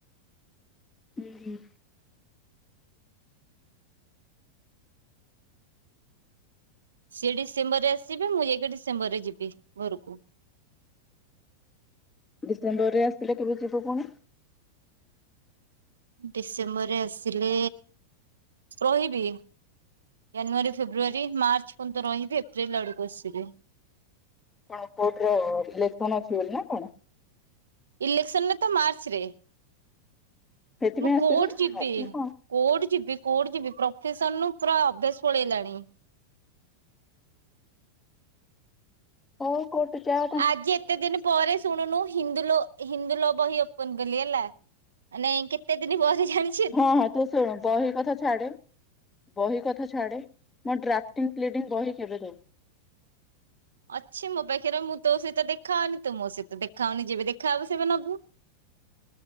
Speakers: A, on the left (about 15°); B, on the right (about 65°).
A: ହୁଁ ହୁଁ
B: ସିଏ ଡିସେମ୍ବର ରେ ଆସିବେ ମୁଁ ଯାଇକି ଡିସେମ୍ବର ରେ ଯିବି ଘରକୁ।
A: ଡିସେମ୍ବର ରେ ଆସିଲେ କେବେ ଯିବ ପୁଣି?
B: ଡିସେମ୍ବରରେ ଆସିଲେ ରହିବି। ଜାନୁଆରୀ ଫେବୃୟାରୀ ମାର୍ଚ୍ଚ ପର୍ଯ୍ୟନ୍ତ ରହିବି ଏପ୍ରିଲ ଆଡକୁ ଆସିବି।
A: କଣ କୋର୍ଟର ଇଲେକ୍ସନ ଅଛି ବୋଲି ନା କଣ?
B: ଇଲେକ୍ସନରେ ତ ମାର୍ଚ୍ଚରେ
A: ସେଥିପାଇଁ
B: ମୁଁ
A: ଆସିବେ
B: କୋର୍ଟ ଯିବି।
A: ନା କଣ?
B: କୋର୍ଟ ଯିବି କୋର୍ଟ ଯିବି ପ୍ରଫେସନୁ ପୁରା ଅଭ୍ୟାସ ପଳେଇଲାଣି।
A: ଓ କୋର୍ଟ ଯା।
B: ଆଜି ଏତେ ଦିନ ପରେ ଶଣୁନୁ ହିନ୍ଦୁଲ ହିନ୍ଦୁଲୋ ବହି ଓପନ କଲି ହେଲା ମାନେ କେତେ ଦିନ ପରେ ଜାଣି
A: ହଁ ହଁ ତୁ ଶୁଣୁ ବହି କଥା ଛାଡେ ବହି କଥା ଛାଡେ ମୋ ଡ୍ରାଫ୍ଟିଂ ପ୍ଲିଡିଂ ବହି କେବେ ଦବୁ।
B: ଅଛି ମୋ ପାଖରେ ମୁଁ ତୋ ସହିତ ଦେଖାହଉନି ତୁ ମୋ ସହିତ ଦେଖା ହଉନି ଯେବେ ଦେଖା ହବ ସେବେ ନବୁ।